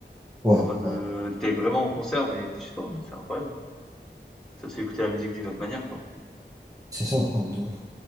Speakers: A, on the right; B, in the centre.
A: ouais,
B: En mode,
A: ouais.
B: euh, t'es vraiment au concert, mais t'es chez toi. C'est incroyable. Ça te fait écouter la musique d'une autre manière, quoi.
A: C'est ça, hein, de ouf.